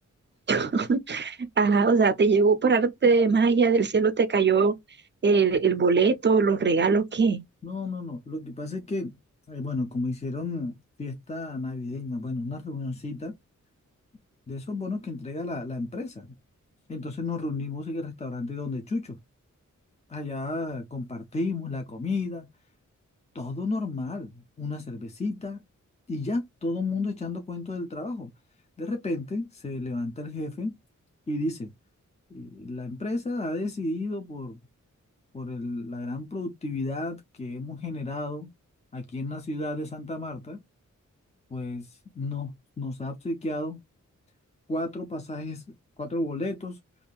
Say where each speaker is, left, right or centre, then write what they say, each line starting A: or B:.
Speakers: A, on the right; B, on the left.
A: <laughs> Ajá, o sea, te llegó por arte de magia, del cielo te cayó el, el boleto, los regalos, ¿qué?
B: No, no, no. Lo que pasa es que, eh, bueno, como hicieron fiesta navideña, bueno, una reunioncita de esos bonos que entrega la, la empresa. Entonces nos reunimos en el restaurante donde Chucho. Allá compartimos la comida Todo normal, una cervecita y ya, todo el mundo echando cuento del trabajo. De repente se levanta el jefe y dice, "Eh, la empresa ha decidido por, por el- la gran productividad que hemos generado aquí en la ciudad de Santa Marta, pues no, nos ha obsequiado cuatro pasajes, cuatro boletos